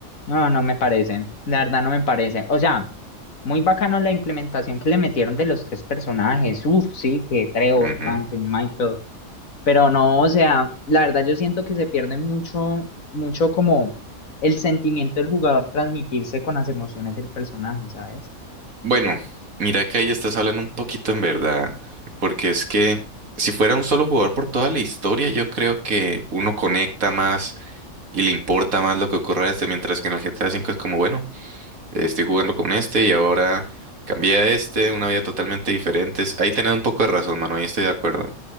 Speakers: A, on the left; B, on the right.
A: no, no me parece. La verdad no me parece. O sea, muy bacano la implementación que le metieron de los tres personajes. Uf, sí, que Trevor,
B: Ujú.
A: Franklin, Michael. Pero no, o sea, la verdad yo siento que se pierde mucho, mucho como el sentimiento del jugador transmitirse con las emociones del personaje, ¿sabes?
B: Bueno, mira que ahí estás hablando un poquito en verdad. Porque es que si fuera un solo jugador por toda la historia, yo creo que uno conecta más y le importa más lo que ocurra a este. Mientras que en el GTA 5 es como, bueno, eh, estoy jugando con este y ahora cambié a este, una vida totalmente diferente. es Ahí tenés un poco de razón, mano. Ahí estoy de acuerdo.